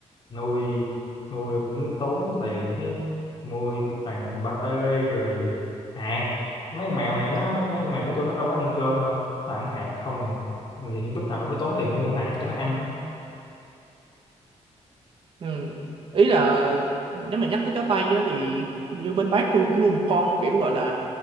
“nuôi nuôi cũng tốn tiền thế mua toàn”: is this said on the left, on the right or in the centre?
Left